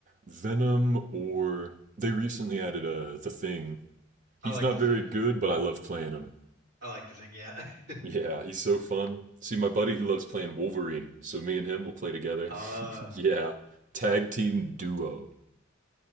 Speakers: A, on the right; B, on the right.
A: Venom or they recently added uh the Thing. He's
B: I like
A: not
B: the
A: very
B: Thing.
A: good, but I love playing him.
B: I like the Thing, yeah. <laughs>
A: Yeah, he's so fun. See, my buddy, he loves playing Wolverine, so me and him will play together.
B: Uh
A: <laughs> Yeah, tag team duo.